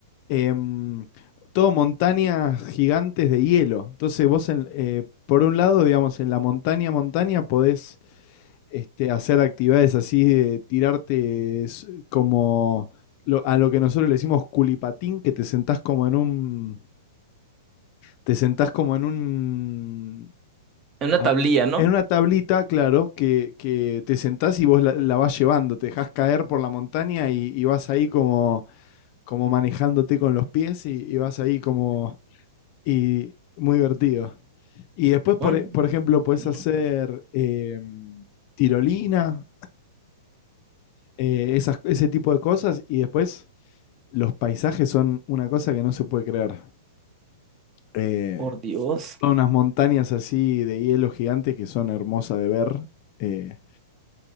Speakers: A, on the left; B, on the right.
A: em, todo montañas gigantes de hielo. Entonces vos, en- eh, por un lado, digamos, en la montaña, montaña, podés este, hacer actividades así de tirarte s- como lo- a lo que nosotros le decimos culipatín, que te sentás como en un, te sentás como en un,
B: es una
A: a-
B: tablilla, ¿no?
A: en una tablita, claro, que, que te sentás y vos la, la vas llevando, te dejás caer por la montaña y, y vas ahí como, como manejándote con los pies y, y vas ahí como Y muy divertido. Y después, por,
B: Bueno,
A: e- por ejemplo, puedes
B: ujú,
A: hacer eh, tirolina, eh, esas, ese tipo de cosas. Y después, los paisajes son una cosa que no se puede creer. Eh,
B: por Dios.
A: son unas montañas así de hielo gigante que son hermosas de ver. eh,